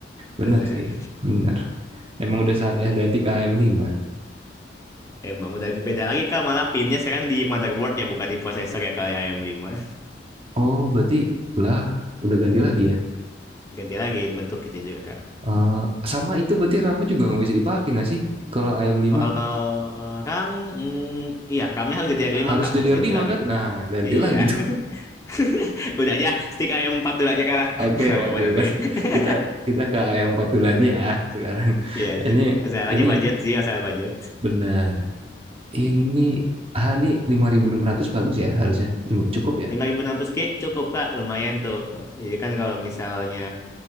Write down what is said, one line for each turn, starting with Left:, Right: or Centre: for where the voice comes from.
Left: bener.
Right: bener sih, bener. Emang udah saatnya
Left: Iya.
Right: ganti ke AM5.
Left: Emang udah beda lagi Kak, malah pinnya sekarang di motherboard ya, bukan di prosesor ya kalau AM5.
Right: Oh berarti lah udah ganti lagi ya.
Left: Ganti lagi bentuk gitu juga Kak.
Right: Eh sama itu berarti RAM-nya juga nggak bisa dipakai nggak sih? Kalau AM5
Left: Kalau eh, RAM, mm, iya RAM-nya harus jadi R5
Right: harus
Left: Kak,
Right: DDR5
Left: harus ganti lagi
Right: kan?
Left: tuh
Right: Nah, ganti
Left: Iya.
Right: lagi
Left: <laughs> Udah aja stick ayam 4 dulu aja kalah.
Right: Oke,
Left: <laughs> Gak apa-apa
Right: oke,
Left: nanti.
Right: masih
Left: <laughs>
Right: kita kita ke am empat dulu aja ya sekarang.
Left: Iya sih.
Right: Ini
Left: Masalahnya
Right: ini
Left: budget sih, masalah budget.
Right: benar. Ini ah ini 5600 bagus ya harusnya. Lima- Cukup ya.
Left: 5.600 Ki cukup Kak, lumayan tuh. Jadi kan kalau misalnya